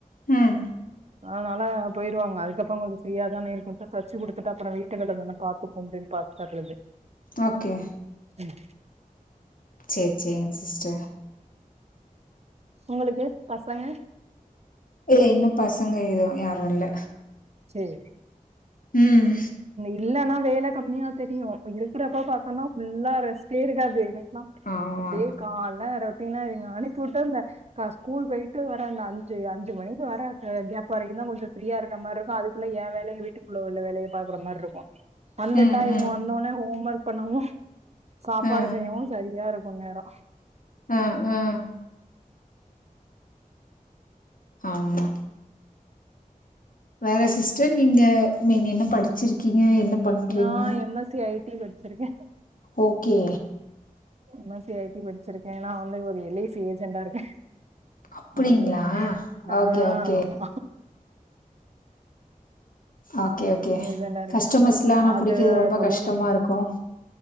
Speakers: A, on the left; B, on the right.
A: உம்
B: அதனால பொய்ருவாங்க அதுக்கப்றோ கொஞ்சொ ஃப்ரீயா தானே இருக்கொன்ட்டு தச்சு குடுத்துட்டு அப்றோ வீட்டுக் கெள்ளதுலா பாத்து அப்டின் பாத்தர்ரது
A: ஓகே
B: ம்
A: சேர் செரிங் சிஸ்டர்
B: உங்களுக்கு பசங்க
A: இல்ல இன்னு பசங்க ஏது யாரு இல்ல
B: செரி
A: ம்.
B: இல்லன்னா வேல கம்மியா தெரியு இருக்கிறப்ப பார்த்தோனா ஃபுல்லா ரெஸ்டே இருக்காது எனக்லா
A: ஆமா.
B: அப்டே கால்ல அப்பின்னா இருங்க அனிப்புட்ட இந்த கா ஸ்கூல் போயிட்டு வர நா அஞ்சு அஞ்சு மணிக்கு வர கேப் வரைக்கு தா கொஞ்ச ஃப்ரீயா இருக்கற மார் இ அதுக்குள்ள என் வேலைய வீட்டுக்குள்ள உள்ள வேலைய பாக்குற மாரி இருக்கு வந்துட்டா
A: ம்,
B: இவுங்க
A: ம்.
B: வந்தோன ஹோம் ஒர்க் பண்ணவு சாப்பாடு
A: அ,
B: செய்யவு சரியா இருக்கு நேரோ
A: ஆ ஆ ஆமா வேற சிஸ்டர் நீங்க நீங்க என்ன படிச்சிருக்கீங்க என்ன பண்றீங்க?
B: நா எம் எஸ் சி ஐடி படிச்சிருக்க
A: okay
B: M S C IT படிச்சிருக்க நா வந்து ஒரு எல் ஐ சி ஏஜென்டா இருக்க
A: அப்படிங்களா?
B: அது வேற ஆ
A: ஓகே, ஓகே.
B: ஆமா
A: ஓகே ஓகே
B: ஏஜென்டா இருக்கே
A: கஸ்டமர்ஸ்ல்லா
B: அது
A: புடிக்கறது ரொம்ப
B: இப்ப
A: கஷ்டமா
B: ஒன்
A: இருக்கு